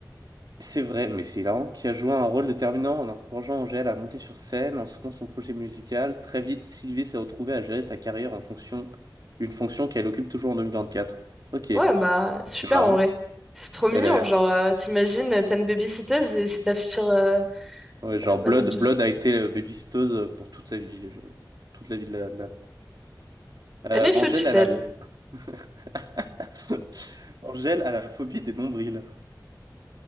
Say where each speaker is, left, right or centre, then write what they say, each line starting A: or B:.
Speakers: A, on the right (about 55°); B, in the centre.
A: C'est vrai, mais c'est hilarant, qui a joué un rôle déterminant en encourageant Angèle à monter sur scène, en soutenant son projet musical. Très vite, Sylvie s'est retrouvée à gérer sa carrière en fonction, une fonction qu'elle occupe toujours en 2024. Ok,
B: Ouais, bah super
A: c'est marrant.
B: en vrai. C'est trop mignon,
A: Elle est,
B: genre euh, t'imagines, euh, t'as une babysitteuse et c'est ta future euh,
A: ouais, genre Blood,
B: manageuse.
A: Blood a été euh, babysitteuse pour toute sa vie, je- toute la vie de la, de la- Euh,
B: Elle est sous
A: Angèle
B: tutelle.
A: a la... f- <laughs> Angèle a la phobie des nombrils.